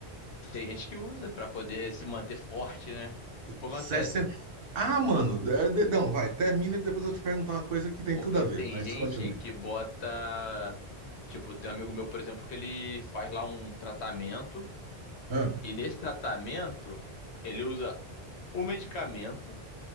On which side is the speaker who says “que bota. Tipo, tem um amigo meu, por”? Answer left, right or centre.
Left